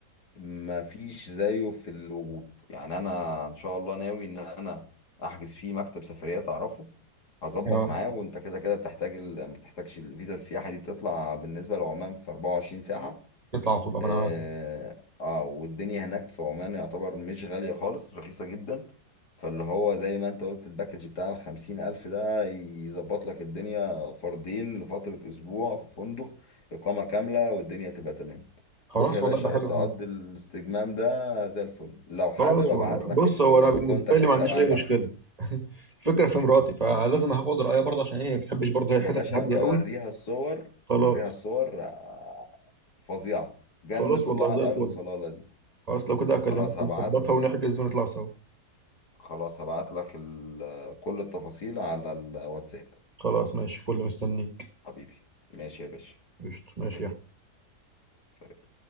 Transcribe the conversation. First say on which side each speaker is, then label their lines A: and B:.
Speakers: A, on the left; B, on the right.
A: ما فيش زيه في الوجود يعني انا ان شاء الله ناوي ان انا احجز فيه مكتب سفريات اعرفه هظبط
B: اه
A: معاه وانت كده كده بتحتاج ال... ما بتحتاجش الفيزا السياحة دي بتطلع بالنسبة لعمان في 24 ساعة
B: بيطلع على طول أبقى
A: اه
B: انا عارف
A: آه، والدنيا هناك في عمان يعتبر مش غالية خالص رخيصة جدا فاللي هو زي ما انت قلت الباكج بتاع الخمسين ألف ده يظبط لك الدنيا فردين لفترة أسبوع في فندق إقامة كاملة والدنيا تبقى تمام
B: خلاص
A: تروح يا باشا
B: والله يبقى حلو
A: تقضي
B: قوي
A: الاستجمام ده زي الفل لو حابب
B: خلاص
A: ابعت
B: والله
A: لك
B: بص
A: الكونتاكت
B: هو انا بالنسبه لي
A: بتاع
B: ما عنديش اي
A: المكتب
B: مشكله <laughs> الفكره في مراتي فلازم
A: خلاص.
B: هاخد رايها برضه عشان هي ما بتحبش برضه هي
A: يا
B: الحته
A: باشا
B: الهاديه
A: انت وريها
B: قوي
A: الصور
B: خلاص
A: وريها الصور آه، فظيعة جنة
B: خلاص والله
A: الله على
B: زي
A: الأرض
B: الفل
A: صلالة دي
B: خلاص لو كده اكلمك
A: خلاص هبعت
B: ونظبطها ونحجز ونطلع سوا
A: خلاص هبعت لك ال- كل التفاصيل على الواتساب
B: خلاص ماشي فل مستنيك
A: حبيبي ماشي يا باشا
B: قشطة
A: سلام
B: ماشي يا
A: سلام.